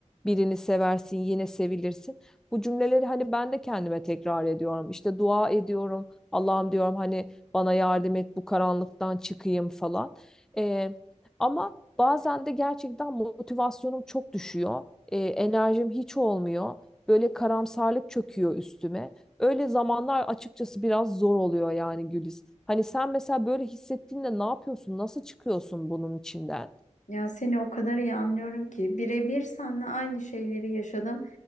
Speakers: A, in the centre; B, on the left.
A: birini seversin, yine sevilirsin. Bu cümleleri hani ben de kendime tekrar ediyorum. İşte dua ediyorum. Allah'ım diyorum hani bana yardım et bu karanlıktan çıkayım falan. Ee, ama bazen de gerçekten motivasyonum çok düşüyor. Ee, enerjim hiç olmuyor. Böyle karamsarlık çöküyor üstüme. Öyle zamanlar açıkçası biraz zor oluyor yani Güliz. Hani sen mesela böyle hissettiğinde ne yapıyorsun? Nasıl çıkıyorsun bunun içinden?
B: Ya seni o kadar iyi anlıyorum ki birebir seninle aynı şeyleri yaşadım.